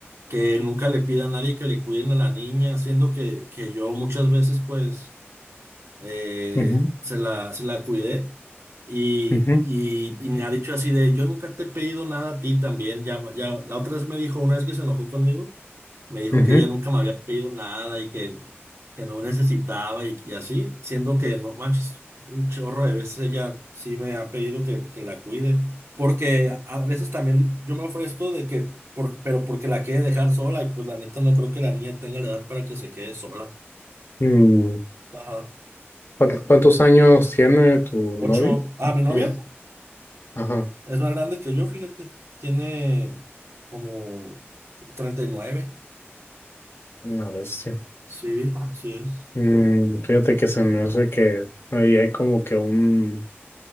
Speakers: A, on the right; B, on the left.
A: que nunca le pida a nadie que le cuiden a la niña, siendo que, que yo muchas veces pues eh,
B: ujú,
A: se la, se la cuidé y,
B: ujú,
A: y- y me ha dicho así de, yo nunca te he pedido nada a ti también, ya, ya, la otra vez me dijo, una vez que se enojó conmigo, me dijo
B: ujú.
A: que ella nunca me había pedido nada y que, que no necesitaba y, y así, siendo que no manches, un chorro de veces ella sí me ha pedido que, que la cuide, porque a a veces también yo me ofrezco de que, por- pero porque la quiere dejar sola y pues la neta no creo que la niña tenga la edad para que se quede sola.
B: Mm,
A: Ajá.
B: ¿cuán- ¿Cuántos años tiene tu novio?
A: Ocho, ah, mi novia.
B: Ujú, Ajá,
A: Es más grande que yo, fíjate. Tiene como 39.
B: una vez.
A: Sí, vi, así es.
B: Mm, fíjate que se me hace que ahí hay como que un,